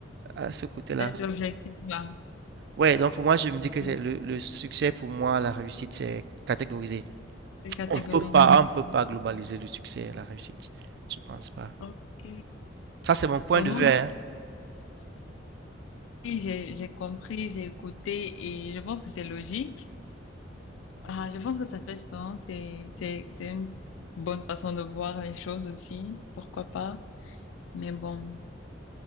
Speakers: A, on the right; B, on the left.
A: à ce côté-là.
B: cet objectif-là,
A: Ouais, donc pour moi, je me dis
B: c'est-
A: que c'est le, le succès, pour moi, la réussite, c'est catégorisé.
B: cette catégorie-là.
A: On peut pas, on peut pas globaliser le succès, et la réussite. Je pense pas.
B: Ok.
A: Ça, c'est mon point
B: Bon,
A: de
B: moi,
A: vue, hein.
B: oui, j'ai, j'ai compris, j'ai écouté et je pense que c'est logique. Ah, je pense que ça fait sens et c'est, c'est une bonne façon de voir les choses aussi. Pourquoi pas? Mais bon,